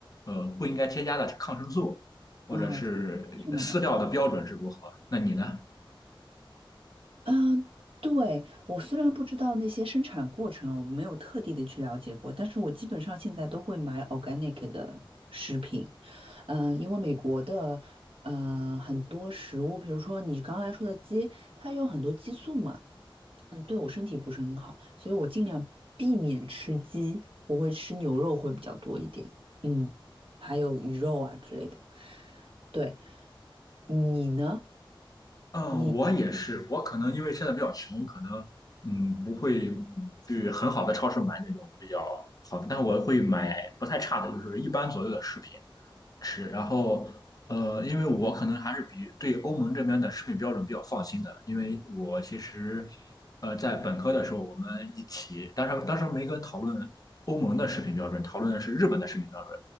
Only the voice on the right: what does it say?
哦，什么的？
嗯，呃对，我虽然不知道那些生产过程，我没有特地的去了解过，但是我基本上现在都会买 organic 的食品，嗯，因为美国的，呃，很多食物，比如说你刚才说的鸡，它有很多激素嘛，嗯，对我身体不是很好，所以我尽量避免吃鸡，我会吃牛肉会比较多一点，嗯，还有鱼肉啊之类的。对，你呢？
你，